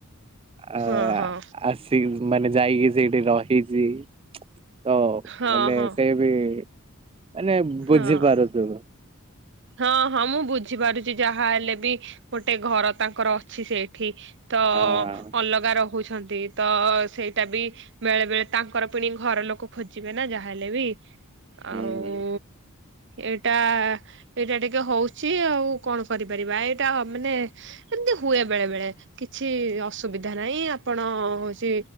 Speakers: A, on the right (about 25°); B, on the right (about 55°).
A: ଆ
B: ହଁ ହଁ
A: ଆସ ମାନେ ଯାଇକି ସେଇଠି ରହିଛି। ତ
B: ହଁ
A: ମାନେ
B: ହଁ
A: ସେ ବି ମାନେ ବୁଝିପାରୁଥିବ।
B: ହଁ ହଁ ହଁ। ମୁଁ ବୁଝିପାରୁଛି ଯାହା ହେଲେ ବି ଗୋଟେ ଘର ତାଙ୍କର ଅଛି ସେଇଠି। ତ
A: ହଁ
B: ଅଲଗା ରହୁ ହୁଛନ୍ତି ତ ସେଇଟା ବି ବେଳେ ବେଳେ ତାଙ୍କର ପିଣି ଘର ଲୋକ ଖୋଜିବେ ନା ଯାହାହେଲେ ବି
A: ହୁଁ
B: ଆଉ ଏଇଟା ଏଇଟା ଟିକେ ହଉଛି ଆଉ କଣ କରିପାରିବା ଏଇଟା ମାନେ ଏମତି ହୁଏ ବେଳେ ବେଳେ କିଛି ଅସୁବିଧା ନାହିଁ ଆପଣ ହଉଛି